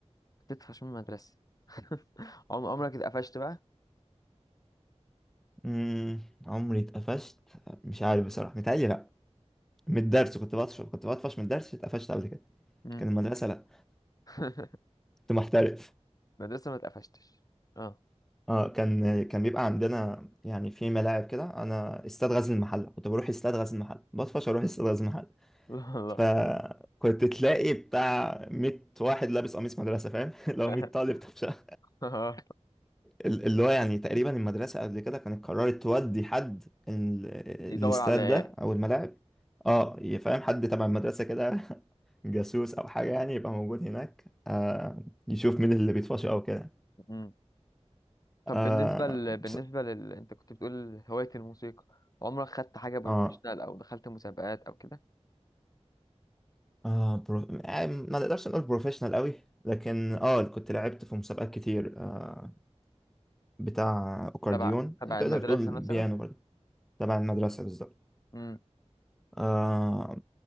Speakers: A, on the left; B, in the centre.
A: تطفش من المدرسة <laughs> عم- عمرك اتقفشت بقى؟
B: مم، عمري اتقفشت مش عارف بصراحه متهيألي لا من الدرس كنت بطفش كنت بطفش من الدرس اتقفشت قبل كده
A: مم.
B: كان المدرسة لا
A: <laughs>
B: كنت محترف
A: مدرسة ما اتقفشتش اه
B: اه كان كان بيبقى عندنا يعني في ملاعب كده انا استاد غزل المحله كنت بروح استاد غزل المحله بطفش اروح استاد غزل المحله
A: لا
B: فكنت تلاقي بتاع 100 واحد لابس قميص مدرسه فاهم <laughs> لو
A: لا
B: 100 طالب طفشه
A: <laughs>
B: ال- اللي هو يعني تقريبا المدرسة قبل كده كانت قررت تودي حد ال-
A: يدور
B: الاستاد
A: على العيال
B: ده أو الملاعب اه يفهم حد تبع المدرسة كده <laughs> جاسوس أو حاجة يعني يبقى موجود هناك آه يشوف مين اللي بيطفش أو كده
A: مم. طب
B: آه
A: بالنسبة ل... بالنسبة
B: بس
A: لل... انت كنت بتقول هواية الموسيقى عمرك خدت حاجة بروفيشنال
B: اه,
A: او دخلت مسابقات او كده
B: آه برو... يعني ما نقدرش نقول بروفيشنال قوي لكن اه كنت لعبت في مسابقات كتير آه بتاع
A: آه.
B: أكورديون
A: تبع تبع
B: تقدر
A: المدرسة
B: تقول بيانو
A: مثلا
B: برضه تبع المدرسة بالظبط
A: امم
B: آه